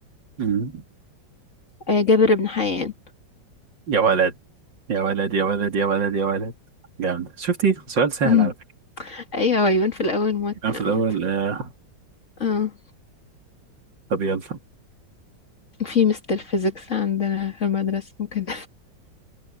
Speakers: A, on the right (about 80°); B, on the left (about 40°).
A: أمم.
B: آه... جابر بن حيان
A: يا ولد يا ولد يا ولد يا ولد يا ولد جامد شفتي سؤال سهل
B: <laughs>
A: على فكرة.
B: ايوه هو يبان في الاول موتر
A: كان في الأول
B: عامة
A: آه.
B: اه
A: طب يلا
B: في مستر فيزيكس عندنا في المدرسة ممكن